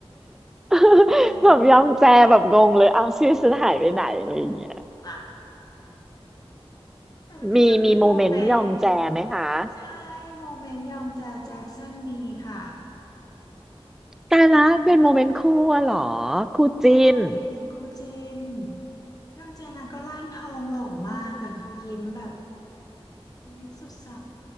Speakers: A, in the centre; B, on the left.
A: <laughs>
B: งง
A: แบบยองแจแบบงงเลยเอาชื่อฉันหายไปไหนอะไรอย่างเงี้ย
B: อ่ะแต่มันก็จะมีโมเมนต์
A: มีมีโมเมนต์ยองแจไหมคะ
B: ใช่โมเมนต์ยองแจแจ็คสันมีค่ะ
A: แต่ละเป็นโมเมนต์คู่อะเหรอ
B: มี
A: คู่จิ้น
B: ใช่ครูจินยองเจนะก็ร่างทองหล่อมากอะคือยิ้มแบบเฮ้ยสดใส